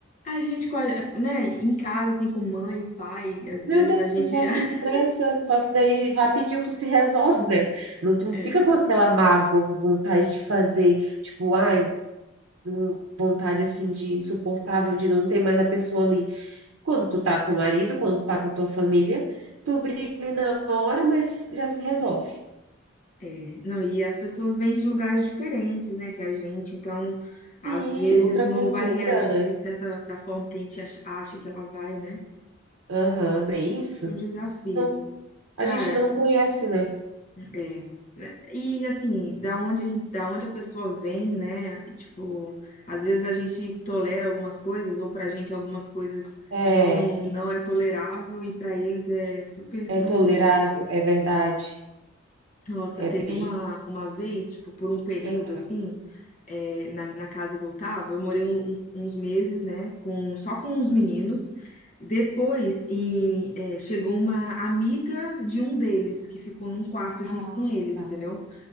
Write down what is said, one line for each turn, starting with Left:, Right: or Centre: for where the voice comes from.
Left: A gente, com a- né? Em casa, assim, com mãe e pai, às
Right: Meu
Left: vezes
Right: Deus,
Left: a gente
Right: tu já
Left: já.
Right: se
Left: <laughs>
Right: estressa, só que daí rapidinho tu se resolve, né? Não, tu não
Left: É.
Right: fica com aquela mágoa, com vontade de fazer, tipo, ai, um- vontade assim de insuportável de não ter mais a pessoa ali. Quando tu tá com o marido, quando tu tá com a tua família, tu briga ali na hora, mas já se resolve.
Left: É. Não, e as pessoas vêm de lugares diferentes, né? Que a gente, então, às
Right: Sim,
Left: vezes
Right: Outra
Left: não
Right: cultura,
Left: vai reagir
Right: né?
Left: de certa da forma que a gente acha acha que ela vai, né?
Right: Aham, bem isso.
Left: É Um desafio.
Right: Não, a
Left: Cara,
Right: gente não conhece, né?
Left: É, né? e assim, da onde a gente, da onde a pessoa vem, né? E, Tipo, às vezes a gente tolera algumas coisas, ou pra gente algumas coisas
Right: É
Left: não
Right: isso.
Left: não é tolerável e pra eles é super
Right: É
Left: tranquilo.
Right: tolerável, é verdade.
Left: Nossa,
Right: É
Left: teve
Right: bem
Left: uma
Right: isso.
Left: uma vez, tipo, por um período
Right: Aham,
Left: assim, é, na, na casa que eu tava, eu morei um- um- uns meses, né, com só com
Right: aham.
Left: os meninos. Depois, e, é, chegou uma amiga de um deles que ficou num quarto junto
Right: Ah,
Left: com eles,
Right: tá.
Left: entendeu?